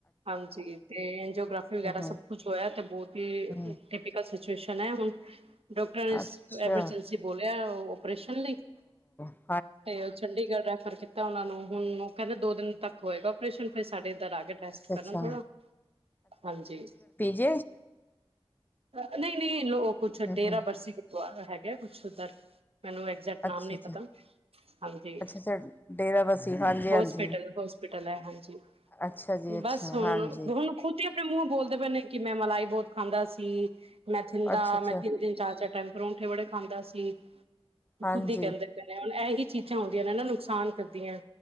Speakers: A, on the right; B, on the left.
A: ਹਾਂਜੀ, ਤੇ ਐਨਜਓਗ੍ਰਾਫੀ ਵਗੈਰਾ
B: ਹੂੰ, ਹੂੰ,
A: ਸਭ ਕੁਛ ਹੋਇਆ, ਤੇ ਬੋਤ ਈ
B: ਹੂੰ,
A: ਟਿਪੀਕਲ ਸਿਚੁਏਸ਼ਨ ਐ ਹੁਨ ਡਾਕਟਰਾਂ ਨੇ
B: ਅੱਛਾ
A: ਐਮਰਜੈਂਸੀ ਬੋਲਿਆ ਓਰੇਸ਼ਨ ਲਈ, ਤੇ
B: ਹਾਂ!
A: ਤੇ ਓ ਚੰਡੀਗੜ੍ਹ ਰੈਫਰ ਕੀਤਾ ਓਨਾ ਨੂੰ ਹੁਣ ਓ ਕੈਂਦੇ ਦੋ ਦਿਨ ਤੱਕ ਹੋਏਗਾ ਓਪਰੇਸ਼ਨ, ਫੇਰ ਸਾਡੇ ਏਦਰ ਆਗੇ ਰੈਸਟ
B: ਅੱਛਾ,
A: ਕਰਨ
B: ਅੱਛਾ,
A: ਥੋੜਾ, ਹਾਂਜੀ।
B: ਤੇ 'ਚ
A: ਆ ਨਈ-ਨਈ ਲੋ ਕੁੱਛ ਡੇਰਾ
B: ਹੂੰ,
A: ਬਰਸੀ ਗੁਰਦੁਆਰਾ ਹੈਗਾ ਕੁਛ ਓਦਰ ਮੇਨੂੰ ਐਗਜੈਕਟ ਨਾਮ
B: ਅੱਛਾ,
A: ਨੀ
B: ਅੱਛਾ।
A: ਪਤਾ ਹਾਂਜੀ,
B: ਅੱਛਾ, ਅੱਛਾ ਡੇਰਾ ਬਸੀ ਹਾਂਜੀ, ਹਾਂਜੀ।
A: ਹੋਸਪਿਟਲ ਹੋਸਪ ਪੀਟਰਸ ਐ ਹਾਂਜੀ
B: ਅੱਛਾ ਜੀ, ਅੱਛਾ
A: ਬਸ, ਹੁਨ
B: ਹਾਂਜੀ,
A: ਹੁਨ ਖੁਦ ਈ ਆਪਣੇ ਮੂੰਔ ਬੋਲਦੇ ਪਏ ਨੇ, ਕਿ ਮੈਂ ਮਲਾਈ ਬੌਤ ਖਾਂਦਾ ਸੀ ਮੈਂ ਥਿੰਦਾ
B: ਅੱਛਾ, ਅੱਛਾ
A: ਮੈਂ ਤਿੰਨ-ਤਿੰਨ, ਚਾਰ-ਚਾਰ ਟਾਈਮ ਪਰੌਂਠੇ ਬੜੇ ਖਾਂਦਾ ਸੀ,
B: ਹਾਂਜੀ।
A: ਖੁੱਦ ਈ ਕੈਂ ਹੁਣ ਐਹੀ ਚੀਜ਼ਾਂ ਹੁੰਦੀਆਂ ਨੇ ਹਨਾ, ਨੁਕਸਾਨ ਕਰਦੀਆਂ,